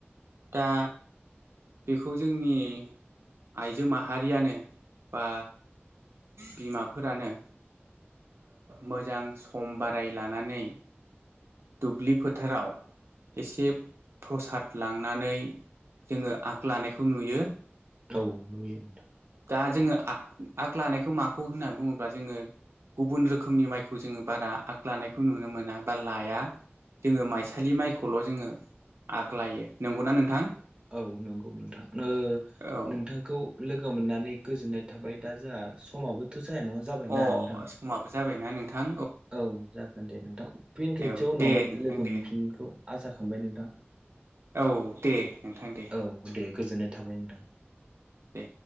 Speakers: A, on the right; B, on the right.
A: दा बेखौ जोंनि आइजो माहारियानो बा बिमाफोरानो मोजां सम बाराय लानानै दुब्लि फोथाराव एसे प्रसाद लांनानै जोङो आगु लानायखौ नुयो
B: औ नुयो नोंथां
A: दा जोङो आगु लानायखौ माखौ होननानै बुङोब्ला जोङो गुबुन रोखोमनि माइखौ जोङो बारा आगु लानायखौ नुनो मोना बा लाया जोङो माइसालि माइखौल' जोङो आगलायो नंगौना नोंथां
B: औ नंगौ नोंथां
A: औ
B: नोंथांखौ लोगो मोननानै गोजोननाय थाबाय दा जोंहा समाबो थ' जाया नङा जाबायना
A: अ
B: नोंथां
A: समाबो जाबायना नोंथां
B: औ जागोन दे नोंथां फिन खेबसेबाव
A: औ
B: उनावहाय
A: दे नोंथां
B: लोगो
A: दे
B: मोनफिनगोनखौ आसा खालामबाय नोंथां
A: औ दे नोंथां दे
B: औ दे गोजोननाय थाबाय नोंथां
A: दे